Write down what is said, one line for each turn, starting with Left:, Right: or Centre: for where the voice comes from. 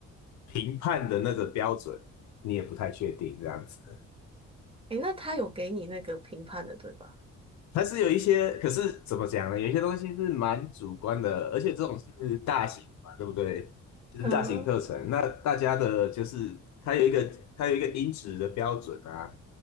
Left: 评判的那个标准，你也不太确定这样子。
Right: 诶，那他有给你那个评判的，对吧？
Left: 它是有一些，可是怎么讲呢？有一些东西是蛮主观的，而且这种是大型嘛，对不对？就是大型课程，
Right: 嗯
Left: 那大家的就是它有一个它有一个音质的标准啊，